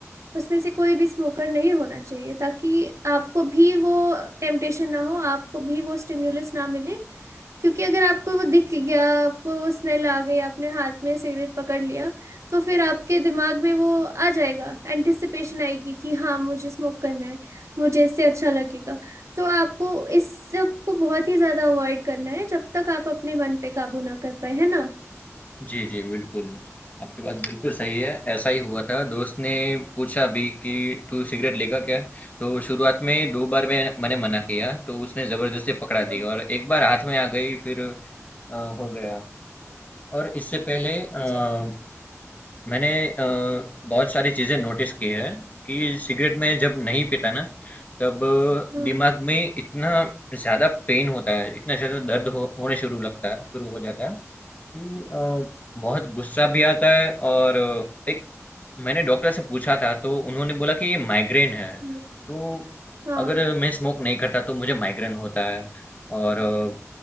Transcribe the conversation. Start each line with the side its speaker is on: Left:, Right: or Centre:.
Right: उसमें से कोई भी स्मोकर नहीं होना चाहिए ताकि आपको भी वो टेम्पटेशन ना हो आपको भी वो स्टिम्युलस ना मिले क्योंकि अगर आपको वो दिख गया आपको वो स्मेल आ गई आपने हाथ में सिगरेट पकड़ लिया तो फिर आपके दिमाग में वो आ जाएगा एंटिसिपेशन आएगी कि हाँ मुझे स्मोक करना है मुझे इससे अच्छा लगेगा तो आपको इस सब को बहुत ही ज्यादा अवॉइड करना है जब तक आप अपने मन पे काबू ना कर पाए है ना
Left: जी, जी, बिल्कुल। आपकी बात बिल्कुल सही है, ऐसा ही हुआ था। दोस्त ने पूछा भी कि तू सिगरेट लेगा क्या? तो शुरुआत में 2 बार मैं मैंने मना किया, तो उसने ज़बरदस्ती पकड़ा
Right: हम्म
Left: दी और एक बार हाथ में आ गई फिर अ, हो गया। और इससे पहले अ,
Right: जी।
Left: मैंने अ, बहुत सारी चीज़ें नोटिस की है कि सिगरेट में जब नहीं पीता ना, तब
Right: हम्म
Left: दिमाग में इतना ज़्यादा पेन होता है, इतना ज़्यादा दर्द हो होने शुरू लगता है शुरू हो जाता है कि अ, बहुत गुस्सा भी आता है और अ, एक मैंने डॉक्टर से पूछा था तो उन्होंने बोला कि ये माइग्रेन है
Right: हम्म,
Left: तो
Right: हाँ
Left: अगर मैं स्मोक नहीं करता तो मुझे माइग्रेन होता है और अ,